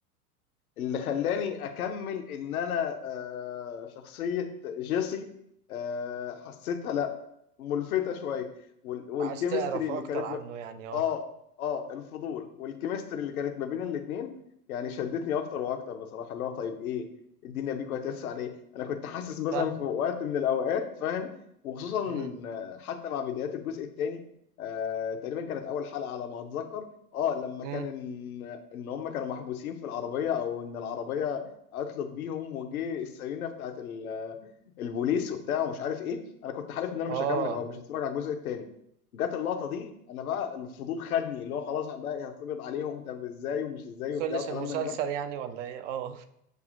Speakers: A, on the left; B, on the right.
A: اللي خلاني اكمل ان انا آه، شخصية جيسي آه، حسيتها لا ملفتة شوية وال- والكيمستري
B: عايز تعرف
A: اللي
B: اكتر
A: كانت
B: عنه
A: ما...
B: يعني اه
A: اه اه الفضول والكيمستري اللي كانت ما بين الاتنين يعني شدتني اكتر واكتر بصراحة اللي هو طيب ايه الدنيا بيكو هترسى على ايه انا كنت حاسس مثلا
B: فاهمك
A: في وقت من الاوقات فاهم وخصوصا إن
B: امم
A: حتى مع بدايات الجزء الثاني آه تقريبا كانت اول حلقة على ما اتذكر اه لما
B: امم
A: كان ان هم كانوا محبوسين في العربيه او ان العربيه عطلت بيهم وجه السيرينا بتاعت ال- البوليس وبتاع ومش عارف ايه انا كنت حالف ان انا
B: اه
A: مش هكمل او مش هتفرج على الجزء الثاني جت اللقطه دي انا بقى الفضول خدني اللي هو خلاص بقى إيه، هتقبض عليهم طب ازاي ومش ازاي
B: خلص
A: وبتاع وكلام
B: المسلسل
A: من ده
B: يعني ولا ايه اه